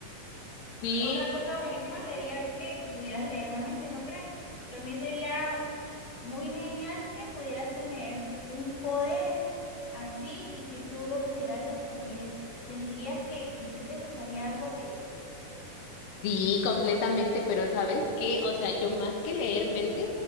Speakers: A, on the left (about 75°); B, on the left (about 50°).
A: Sí,
B: Otra cosa buenísima sería que, que pudieras leer la mente, ¿no crees? También sería muy genial que pudieras tener un poder así y que tú lo pudieras escoger. ¿Sentirías que, que sí te gustaría algo así?
A: Sí, completamente, pero ¿sabes qué? O sea, yo más que leer mentes,